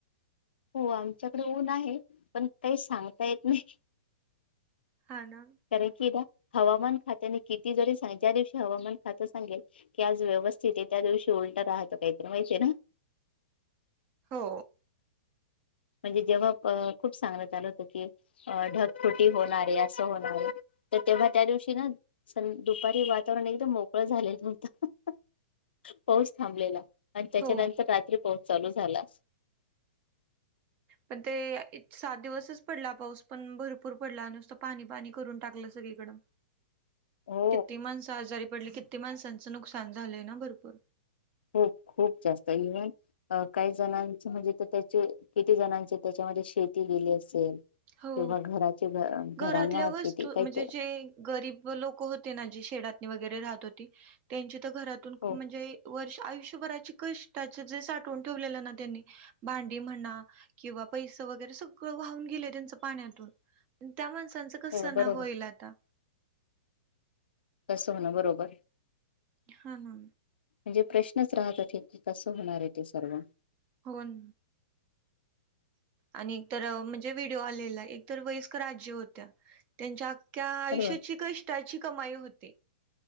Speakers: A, on the left; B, on the right.
A: हो आमच्याकडे ऊन आहे पण काही सांगता येत नाही.
B: हा ना.
A: कारण कीदा हवामान खात्याने किती जरी सां, ज्या दिवशी हवामान खातं सांगेल. की आज व्यवस्थित आहे, त्या दिवशी उलटं राहतं काहीतरी माहितीय ना.
B: हो.
A: म्हणजे जेव्हा प खूप सांगलं चालवतो की. अ ढगफुटी होणारे असं होणार आहे, तर तेव्हा त्या दिवशी ना. सन दुपारी वातावरण एकदम मोकळं झालेलं होता पाऊस थांबलेला. आणि त्याच्यानंतर
B: हो
A: रात्री पाऊस चालू झाला.
B: पण ते सात दिवसच पडला पाऊस, पण भरपूर पडला नुसतं पाणी पाणी करून टाकलं सगळी. गडम
A: हो
B: किती माणसं आजारी पडली किती माणसांचं नुकसान झालंय ना भरपूर.
A: खूप खूप जास्त घेऊ यान. अ काही जणांच म्हणजे तर त्याचे किती जणांचे त्याच्यामध्ये शेती गेली असेल.
B: हो
A: किंवा घराचे,
B: घरातल्या
A: घरांना
B: वस्तू
A: किती काही
B: म्हणजे
A: ते.
B: जे गरीब लोकं होती ना जे शेडातनी वगैरे राहतं होती. त्यांची तर घरातून
A: हो
B: म्हणजे, वर्ष आयुष्यभराची कष्टाचे जे, साठवून ठेवलेलं ना त्यांनी. भांडी म्हणा किंवा पैस वगैरे सगळं वाहून गेले. त्यांचा पाण्यातून त्या माणसांच कसं
A: हो बरोबर
B: ना होईल आता.
A: कसं होणं बरोबर.
B: हा ना.
A: म्हणजे प्रश्नच राहतात हे की कसं होणार आहे ते सर्व.
B: कोण. आणि एक तर म्हणजे व्हिडिओ आलेला, एक तर वयस्कर आजी होत्या त्यांच्या अ त्या आयुष्याची
A: बरोबर
B: कष्टाची कमाई होती.